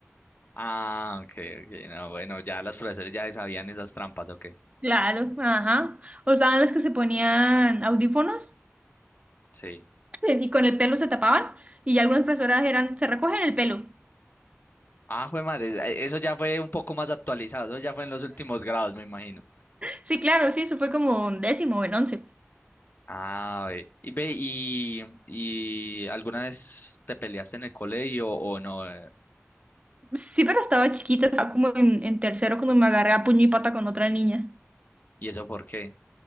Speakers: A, on the left; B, on the right.
A: Ah, ok, ok, no, bueno, ya los profesores ya sabían esas trampas, ok,
B: Claro, ajá. O estaban las que se ponían audífonos
A: sí.
B: <laughs> y con el pelo se tapaban y ya algunas profesoras eran, se recogen el pelo.
A: Ah, jue madre, es- eh, eso ya fue un poco más actualizado, eso ya fue en los últimos grados, me imagino.
B: Sí, claro, sí, eso fue como en décimo o en once.
A: Ah, ve, y ve, y, y ¿alguna vez te peleaste en el colegio o no? eh?
B: Sí, pero estaba chiquita, estaba como en, en tercero cuando me agarré a puño y pata con otra niña.
A: ¿Y eso por qué?